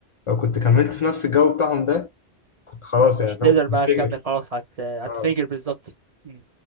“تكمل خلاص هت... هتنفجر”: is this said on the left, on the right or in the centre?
Right